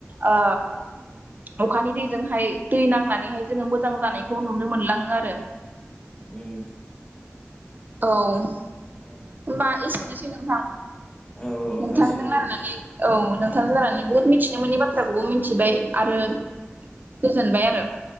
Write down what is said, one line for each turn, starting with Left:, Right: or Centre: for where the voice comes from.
Right: अ अखानि दैजोंहाय दै नांनानैहाय जोङो मोजां जानायखौ नुनो मोनलाङो आरो।
Left: उम
Right: औ होनबा
Left: उम
Right: एसेनोसै नोंथां।
Left: औ
Right: नोंथांजों
Left: जासिगोन
Right: रायलायनानै
Left: दे।
Right: औ नोंथांजों
Left: उम
Right: रायलानानै बुहुत मिथिनो मोनि बा थ्राखौबो मिथिबाय आरो गोजोनबाय आरो।